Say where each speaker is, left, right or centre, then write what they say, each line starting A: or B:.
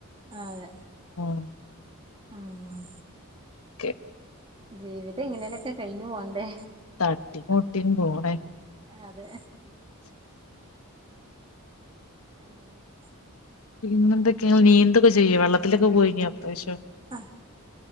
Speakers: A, on the right; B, on the left.
A: അതെ
B: പോണം
A: ആഹ്
B: കെ
A: ജീവിതം ഇങ്ങനെലൊക്കെ കഴിഞ്ഞുപോണ്ടേ
B: തട്ടി മുട്ടിയും പോണേ
A: അതെ അങ്ങനെ
B: പിന്നെ എന്തൊക്കെയ നീന്തൊക്കെ ചെയ്യോ വെള്ളത്തിലൊക്കെ പോയിഞ്ഞോ ഇപ്രാവശ്യം
A: ആ